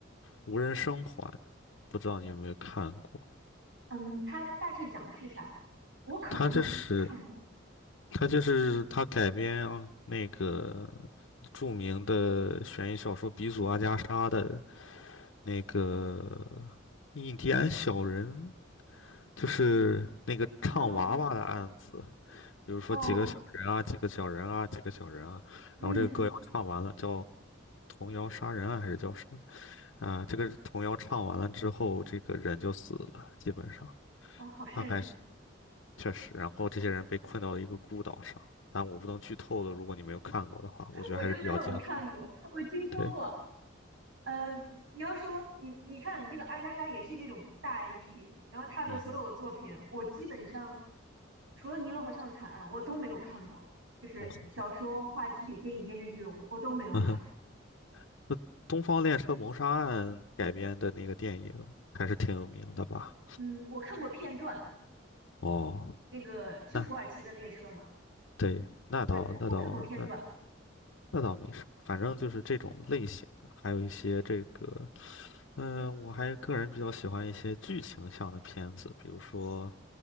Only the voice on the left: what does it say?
《无人生还》，不知道你有没有看过？
他这是他就是他改编那个著名的悬疑小说鼻祖阿加莎的那个印第安小人，就是那个唱娃娃的案子，
比如说几个小人啊，
几个小人啊，几个小人啊，
然后这个歌要唱完了，叫童谣杀人案还是叫什么的啊？这个童谣唱完了之后，这个人就死了，基本上。
他还确实，然后这些人被困到了一个孤岛上，但我不能剧透了，如果你没有看过的话，我觉得还是比较精彩的。
对，
嗯
嗯哼，
嗯哼，<laughs> 那《东方列车谋杀案》改编的那个电影还是挺有名的吧？
哦，
那对，那倒那倒那
那倒没什么，反正就是这种类型的，还有一些这个，嗯、我还个人比较喜欢一些剧情向的片子，比如说。